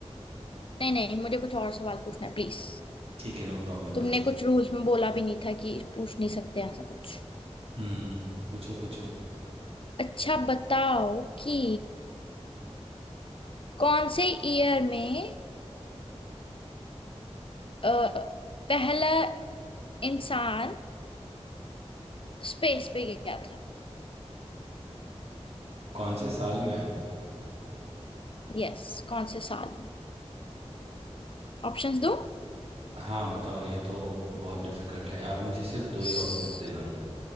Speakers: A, on the left; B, on the right.
A: नहीं नहीं मुझे कुछ और सवाल पूछना है प्लीज
B: ठीक है नो प्रॉब्लम
A: तुमने
B: पूछो
A: कुछ रूल्स में बोला भी नहीं था कि पूछ नहीं सकते ऐसा कुछ
B: हम्म पूछो पूछो
A: अच्छा बताओ कि कौन से ईयर में अ, पहला इंसान स्पेस पे गया था
B: कौन से साल में
A: यस कौन से साल में ऑप्शंस दो
B: हाँ बताओ ये तो बहुत डिफिकल्ट है आप मुझे सिर्फ दो ही
A: स-
B: ऑप्शन देना